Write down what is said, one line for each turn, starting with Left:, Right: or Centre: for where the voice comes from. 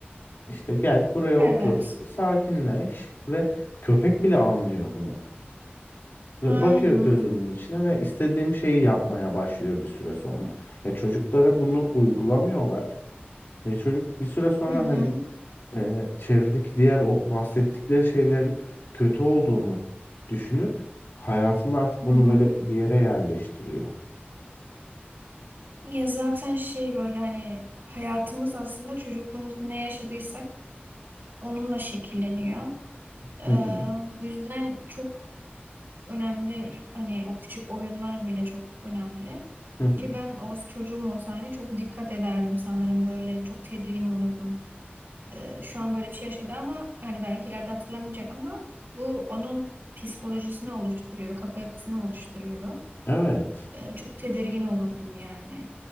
Left: İşte gel buraya
Right: Evet.
Left: otur, sakinleş ve köpek bile anlıyor bunu. Ve
Right: Aynen.
Left: bakıyor gözümün içine ve istediğim şeyi yapmaya başlıyor bir süre sonra. Ya çocuklara bunu uygulamıyorlar. Ya çocuk bir süre sonra
Right: Hı hı,
Left: hani e, çevredeki diğer o bahsettikleri şeylerin kötü olduğunu düşünüp hayatında artık
Right: hı
Left: bunu
Right: hı.
Left: böyle bir yere yerleştiriyor.
Right: Ya zaten şey böyle hani hayatımız aslında çocukluğumuzda ne yaşadıysak onunla şekilleniyor. Ee,
Left: Hı hı.
Right: bu yüzden çok önemli hani o küçük oyunlar bile çok önemli.
Left: Hı hı.
Right: Ki ben o çocuğum olsa hani çok dikkat ederdim sanırım böyle çok tedirgin olurdum. Ee, şu an böyle bir şey yaşadı ama hani belki ileride hatırlamayacak ama bu onun psikolojisini oluşturuyor, kafa yapısını oluşturuyor.
Left: Evet.
Right: Ee, çok tedirgin olurdum yani.